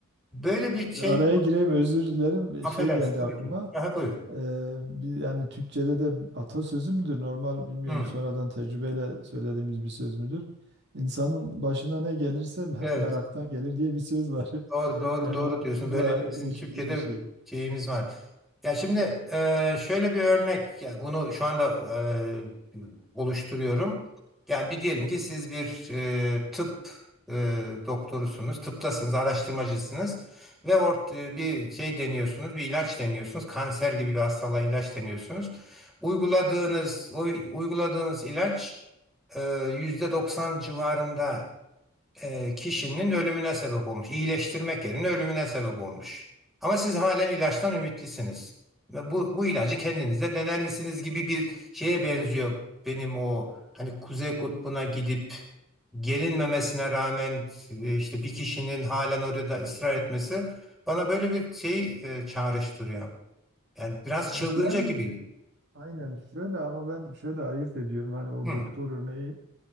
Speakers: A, in the centre; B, on the right.
A: böyle bir şey
B: Araya gireyim özür dilerim.
A: affedersin
B: Şey geldi
A: tabii
B: aklıma.
A: ki. Aha buyur.
B: Ee, bir- yani Türkçe'de de atasözü müdür? Normal bilmiyorum
A: Hı,
B: sonradan tecrübeyle söylediğimiz bir söz müdür? İnsanın başına ne gelirse hep
A: evet.
B: meraktan gelir diye bir söz var. <laughs>
A: Doğru, doğru,
B: Yani
A: doğru
B: biraz
A: diyorsun.
B: bununla
A: Böyle de bizim
B: ilişkili
A: Türkiye'de
B: bir şey.
A: şeyimiz var. Ya şimdi e, şöyle bir örnek, ya bunu şu anda e, oluşturuyorum. Yani bir diyelim ki siz bir e, tıp e, doktorusunuz, tıptasınız, araştırmacısınız ve ort e, bir şey deniyorsunuz, bir ilaç deniyorsunuz, kanser gibi bir hastalığa ilaç deniyorsunuz. Uyguladığınız, o uyguladığınız ilaç e, %90 civarında e, kişinin ölümüne sebep olmuş. İyileştirmek yerine ölümüne sebep olmuş. Ama siz hala ilaçtan ümitlisiniz. Ve bu, bu ilacı kendinize dener misiniz gibi bir şeye benziyor. Benim o hani Kuzey Kutbu'na gidip gelinmemesine rağmen e, işte bir kişinin halen orada ısrar etmesi bana böyle bir şeyi e, çağrıştırıyor. Yani biraz çılgınca
B: Evet, yani
A: gibi.
B: aynen şöyle ama ben şöyle ayırt ediyorum. Hani o
A: Hı,
B: doktor örneği